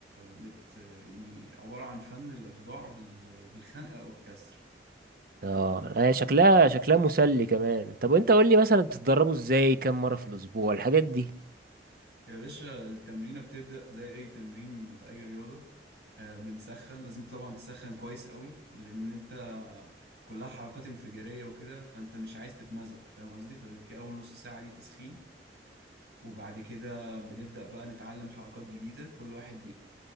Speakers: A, on the right (about 70°); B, on the right (about 55°).
A: بت يعني عبارة عن فن الإخضاع بال- بالخنقة أو الكسر
B: اه هي شكلها شكلها مسلي كمان طب وانت قول لي مثلا بتتدربوا ازاي كم مره في الاسبوع الحاجات دي
A: يا باشا التمرينة بتبدأ زي أي تمرين في أي رياضة آه، بنسخن لازم طبعا تسخن كويس قوي لأن أنت كلها حركات انفجارية وكده فأنت مش عايز تتمزق فاهم قصدي فبيبقى في أول نص ساعة دي تسخين وبعد كده بنبدأ بقى نتعلم حركات جديدة كل واحد